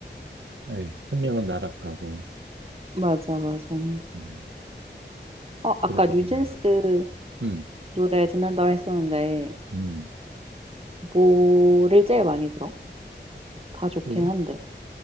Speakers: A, on the right; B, on the right.
A: 에휴, 한 명은 나락 가고,
B: <laughs> 맞아, 맞아. 어,
A: 음,
B: 아까
A: 그렇게
B: 뉴진스
A: 됐네. 음,
B: 노래 듣는다고 했었는데,
A: 음.
B: 뭐를 제일 많이 들어? 다 좋긴
A: 요,
B: 한데.